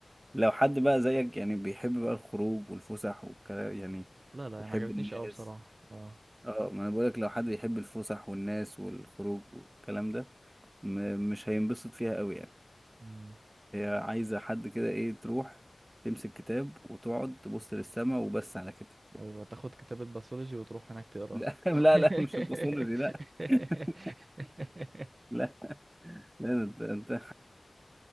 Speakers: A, on the right; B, on the right.
A: لو حد بقى زيك يعني بيحب بقى الخروج والفسح والكلام يعني
B: لا لا
A: يحب
B: ما عجبتنيش
A: الناس
B: قوي بصراحه اه
A: اه ما انا بقولك لو حد يحب الفسح والناس والخروج والكلام ده م- مش هينبسط فيها قوي يعني
B: مم.
A: هي عايزة حد كده ايه تروح تمسك كتاب وتقعد تبص للسما وبس على كده
B: ايوه تاخد كتابة باثولوجي وتروح هناك تقراها
A: لا <laughs> لا
B: <laughs>
A: لا مش الباثولوجي لا <laughs> لا لا انت انت